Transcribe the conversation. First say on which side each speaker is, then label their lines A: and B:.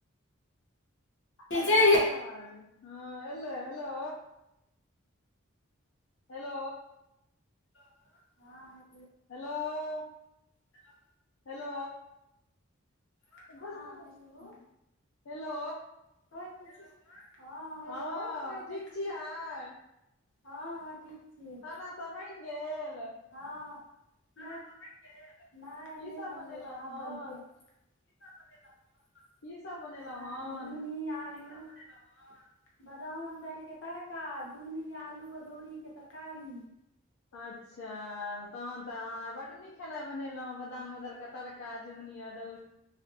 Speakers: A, on the left (about 60°); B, on the left (about 75°).
A: चलि
B: एलय तऽ एलैन अवाज हँ एलै हेलो। हेलो।
A: हँ हाँ।
B: हेलोऽ।
A: हेलो।
B: हेलो
A: हँ
B: त बैजतो नै
A: हेलो
B: छथिन हेलो।
A: कहै त छी हेलो माँ हँ हेलो
B: हँ
A: कहै
B: ठीक
A: त
B: छियै
A: छी। हँ हँ ठीक छियै
B: खाना सब बईन गेल।
A: हँ ने खाना सब बनि गेल नहि
B: की
A: नै
B: सब
A: बनलै
B: बनेलहुँ
A: या आब बनतै।
B: हन
A: की सब बनेलै हे?
B: की सब बनेलहुँ
A: हँ
B: हन
A: झिमनी आलू की सब बनेलै हा बदामक दालि के तर का झिमनी आलू अदौड़ी के तरकारी।
B: अच्छा। तहन तऽ अहाँ बड नीक खेनाय बनेलहुँ हं बादाम उदल के तड़का झिमनी अदौड़